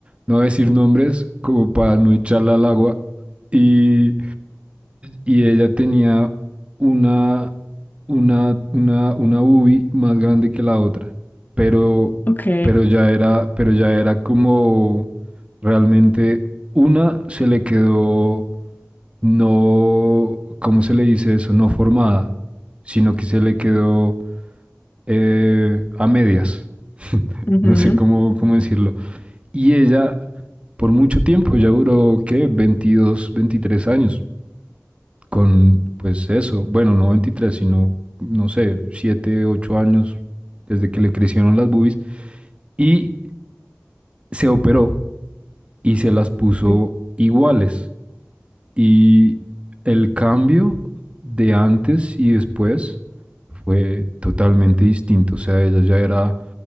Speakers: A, on the right; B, on the left.
A: no voy a decir nombres, como para no echarla al agua. Y, y ella tenía una, una, una, una UBI más grande que la otra, pero,
B: Ok.
A: pero ya era, pero ya era como realmente una se le quedó no, ¿cómo se le dice eso? No formada, sino que se le quedó eh, a medias. <laughs>
B: ujú,
A: no sé cómo, cómo decirlo. Y ella, por mucho tiempo, ya duró, ¿qué? 22 23 años con, pues eso, bueno, no 23 sino, no sé, 7 8 años desde que le crecieron las boobies y se operó y se las puso
B: <laughs> ujú,
A: iguales. Y el cambio de antes y después fue totalmente distinto. O sea, ella ya era